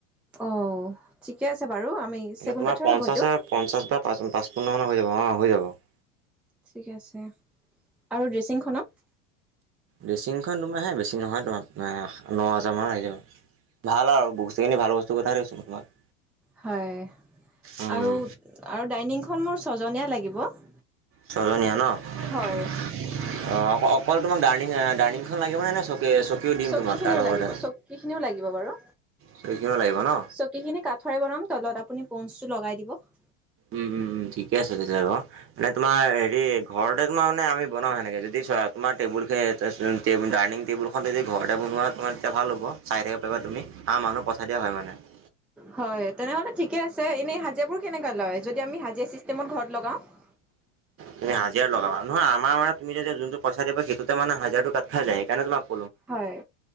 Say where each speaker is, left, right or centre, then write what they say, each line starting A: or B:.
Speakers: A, in the centre; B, on the right.
A: অ' ঠিকে আছে বাৰু আমি <inaudible>
B: মানে
A: চেগুন
B: তোমাৰ
A: কাঠৰে
B: পঞ্চাছৰ
A: হ'ব এইটো?
B: পঞ্চাছ বা পাঁচ-পাঁচ পোন্ধৰ মানৰ হৈ যাব অঁ হৈ যাব। <unintelligible>
A: ঠিক আছে <inaudible> আৰু ড্ৰেচিংখনত?
B: ড্ৰেচিংখন তোমাৰহে বেছি নহয় তোমাৰ <unintelligible> ন হাজাৰমানত আহি যাব। ভাল আৰু বস্তুখিনি ভাল বস্তু পথাই থৈছোঁ <unintelligible>
A: হয়
B: উম,
A: আৰু-আৰু ডাইনিংখন মোৰ ছজনীয়া লাগিব। <unintelligible>
B: ছয়জনীয়া ন? <inaudible>
A: হয়। <unintelligible>
B: <unintelligible> অ-অ অকল তোমাক ডাইনিং-ডাইনিংখন লাগিব নে-নে চকীও চকী দিম
A: চকীখিনিও
B: তোমাক তাৰ লগতে
A: লাগিব। চকীখিনিও লাগিব বাৰু।
B: চকীখনো লাগিব ন
A: চকী <unintelligible> গোটেইখিনি কাঠৰে বনাম তলত আপুনি পনচটো লগাই দিব। <unintelligible>
B: উম-উম-উম, ঠিকে আছে তেতিয়াহলে বাৰু। <unintelligible> মানে তোমাৰ হেৰি ঘৰতে তোমাৰ মানে আমি বনাও সেনেকে যদি চোৱা তোমাৰ টেবুল ফে <unintelligible> <unintelligible> ডাইনিং টেবুলখন যদি ঘৰতে বনোৱা তেতিয়া ভাল হ'ব চাই থাকিব পাৰিবা তুমি আৰু মানুহ <unintelligible> <unintelligible> দিয়া হয় মানে <unintelligible>
A: হয়। তেনেহ'লে ঠিকে আছে এনেই হাজিৰাবোৰ কেনেকে লয় যদি আমি হাজিৰা চিচতেমত ঘৰত লগাওঁ? <unintelligible>
B: তুমি হাজিৰা লগাবা? নহয় আমাৰ তুমি যে যোনটো পইচা দিবা সেইটোতে মানে হাজাৰটো কাট খাই যায়। সেইকাৰণে তোমাক <unintelligible>
A: হয়,